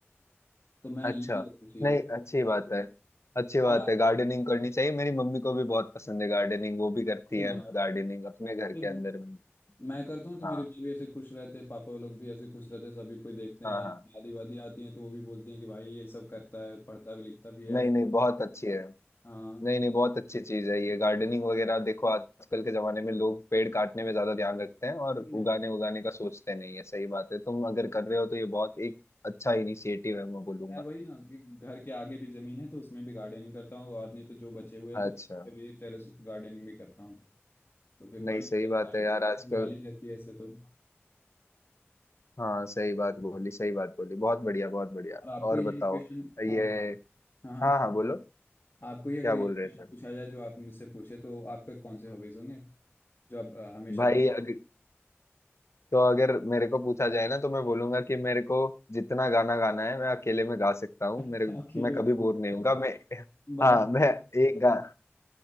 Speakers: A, on the left; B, on the left.
A: तो मैं
B: अच्छा
A: यही चीज़
B: नहीं
A: है
B: अच्छी बात है अच्छी बात
A: और
B: है गार्डनिंग करनी चाहिए मेरी मम्मी को भी बहुत पसंद है गार्डनिंग वो भी करती
A: भी
B: है
A: ना यार
B: गार्डनिंग अपने घर
A: फिर
B: के अंदर में ही।
A: मैं करता हूँ तो
B: हाँ
A: मेरे भाई भी ऐसे खुश रहते हैं पापा लोग भी ऐसे खुश रहते हैं सभी कोई देखते हैं
B: हाँ
A: यार
B: हाँ
A: दादी वादी आती हैं तो वो भी बोलती हैं कि भाई ये सब करता है पढ़ता भी लिखता भी है
B: नहीं नहीं बहुत अच्छी है
A: हाँ
B: नहीं नहीं बहुत अच्छी चीज है ये गार्डनिंग वगैरह देखो आजकल के जमाने में लोग पेड़ काटने में ज्यादा ध्यान रखते हैं और
A: वही ना
B: उगाने उगाने का सोचते नहीं है सही बात है तुम अगर कर रहे हो तो ये बहुत एक अच्छा इनिशिएटिव है मैं बोलूंगा
A: मैं वही ना कि घर के आगे भी जमीन है तो उसमें भी गार्डनिंग करता हूँ और नहीं तो जो बचे हुए हैं
B: अच्छा
A: तो भी टेरेस गार्डनिंग भी करता हूँ तो फिर
B: नहीं
A: बढ़िया
B: सही
A: लगता
B: बात
A: है हरियाली
B: है यार आजकल
A: रहती है ऐसे तो
B: हाँ सही बात बोली सही बात बोली बहुत बढ़िया बहुत बढ़िया
A: और आपको
B: और
A: ये
B: बताओ
A: क्वेश्चन
B: ये
A: हाँ हाँ
B: हाँ हाँ बोलो
A: आपको ये अगर
B: क्या
A: ये
B: बोल
A: क्वेश्चन
B: रहे थे
A: पूछा जाए जो आप मुझसे पूछे तो आपका कौन से हॉबीज होंगे जो आप अ, हमेशा
B: भाई अग, तो अगर मेरे को पूछा जाए ना तो मैं बोलूंगा कि मेरे को जितना गाना गाना है मैं अकेले में गा सकता हूँ
A: अच्छा
B: मेरे
A: अकेले
B: मैं कभी बोर नहीं होऊंगा मैं
A: बात
B: हाँ मैं एक गा